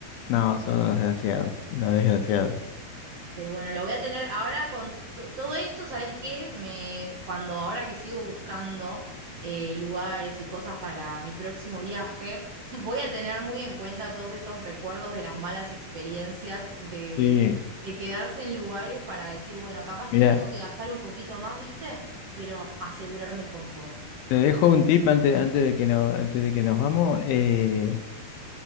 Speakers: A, on the left; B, on the right.
A: No, son unos desgraciados, unos desgraciados.
B: Pero bueno, lo voy a tener ahora con to- todo esto, ¿sabes qué? Me, cuando ahora que sigo buscando eh, lugares y cosas para mi próximo viaje, <laughs> voy a tener muy en cuenta todos estos recuerdos de las malas experiencias de,
A: Sí,
B: de quedarse en lugares para decir, bueno, capaz
A: mira,
B: que tengo que gastar un poquito más, ¿viste? Pero asegurarme el confort.
A: te dejo un tip antes, antes de que no, antes de que nos vamos. eh,